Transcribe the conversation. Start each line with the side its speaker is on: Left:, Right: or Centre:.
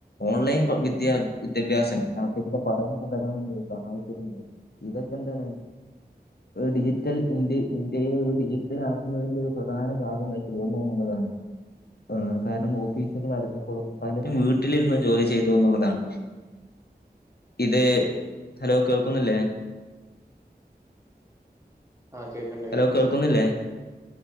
Left: ഓൺലൈൻ പ വിദ്യ വിദ്യാഭ്യാസത്തിലൂടെ പഠനം തുടരാൻ ണ്ട് സഹായിച്ച്ട്ട്ണ്ട് ഇതൊ ഇതെന്തണ് ഡിജിറ്റൽ ഇന്ന്തെയ് ഇൻ ന്ത്യ ഒരു ഡിജിറ്റലാക്കുന്നതിന്റെ ഒരു പ്രധാന ഭാഗമായി തീർന്നു ന്നുള്ളതാണ്. ആഹ് കാരണം ഓഫീസുകൾ അടഞ്ഞപ്പോളും പലരും വീട്ടിലിര്ന്ന് ജോലി ചെയ്തൂന്ന്ള്ളതാണ്. ഇത് ഹലോ കേൾക്കുന്നില്ലേ
Right: ആഹ് കേക്ക്ണ്ട് കേക്ക്ണ്ട്.
Left: ഹലോ കേൾക്കുന്നില്ലേ